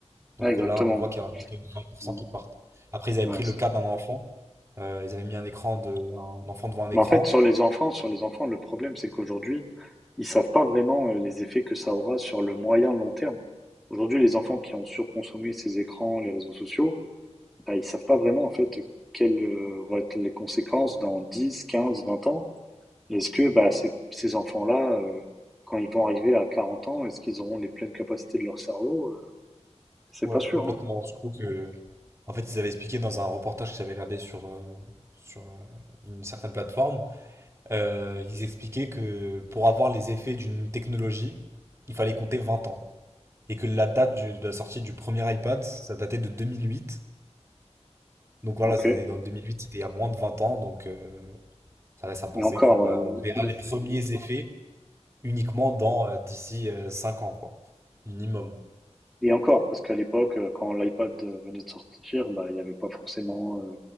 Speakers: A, on the right; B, in the centre.
A: Donc
B: Ouais, exactement.
A: euh, là, on voit qu'il y a un- qu'il y a 20%
B: Mm,
A: qui partent. Après, ils avaient
B: ouais,
A: pris
B: c'est-
A: le cas d'un enfant. Euh, ils avaient mis un écran de, un enfant devant un écran.
B: Mais en fait, sur les enfants, sur les enfants, le problème, c'est qu'aujourd'hui, ils savent pas vraiment euh, les effets que ça aura sur le moyen long terme. Aujourd'hui, les enfants qui ont surconsommé ces écrans, les réseaux sociaux, bah, ils ne savent pas vraiment en fait quelles euh, vont être les conséquences dans 10, 15, 20 ans. Est-ce que bah, ces, ces enfants-là, euh, quand ils vont arriver à 40 ans, est-ce qu'ils auront les pleines capacités de leur cerveau? Euh, C'est
A: Ouais,
B: pas sûr,
A: complètement.
B: hein.
A: Je trouve que, en fait, ils avaient expliqué dans un reportage que j'avais regardé sur, euh, sur euh, une certaine plateforme. euh, ils expliquaient que pour avoir les effets d'une technologie, il fallait compter 20 ans. Et que la date du- de la sortie du premier iPad, ça datait de 2008. Donc voilà,
B: Ok.
A: ça, dans 2008, c'était il y a moins de 20 ans. Donc euh, ça laisse à penser
B: Et encore,
A: que bah,
B: euh,
A: on verra
B: le-
A: les premiers effets uniquement dans euh, d'ici euh, 5 ans, quoi. Minimum.
B: et encore, parce qu'à l'époque, euh, quand l'iPad euh, venait de sortir, bah, il n'y avait pas forcément euh,